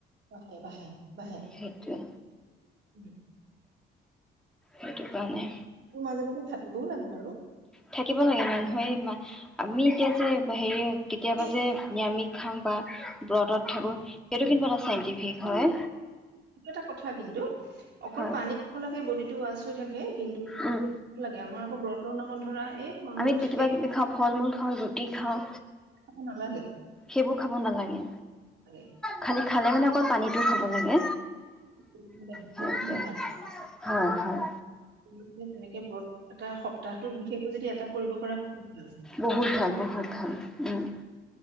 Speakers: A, on the right; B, in the centre.
A: বাহে, বাহে, বাহে
B: সেইটোৱে
A: উম'।
B: সেইটো কাৰণে
A: তোৰ মাজে মাজে খাটিবও লাগে বাৰু।
B: থাকিব লাগে মানুহে ই মা আমি এতিয়া যে হেৰি কেতিয়াবা
A: এই
B: যে নিৰামিষ খাম বা ব্ৰতত থাকো
A: এইটো
B: সেইটো কিন্তু এটা চাইণ্টিফিক হয়।
A: সেইটো এটা কথা কিন্তু অকল
B: হয়
A: পানী <unintelligible> লাগে বদিটো ৱাচ টো থাকে কিন্তু <unintelligible>
B: উম
A: লাগে আমাৰ আকৌ ব্ৰতৰ নামত ধৰা এই ফল
B: আমি
A: মূল
B: তি
A: সেই
B: কিবা কিবি খাওঁ, ফল মূল খাওঁ, ৰুটি খাওঁ।
A: খাব নালাগে
B: সেইবোৰ খাব নালাগে।
A: <unintelligible>
B: খালী খালে মানে অকল পানীটো খাব লাগে।
A: <unintelligible>
B: সেইটোৱে হয়' হয়।
A: <unintelligible> তেনেকে ব্ৰত টা সপ্তাহটোত বিশেষকৈ যদি এটা কৰিব পৰা <unintelligible>
B: বহুত ভাল বহুত
A: <unintelligible>
B: ভাল উম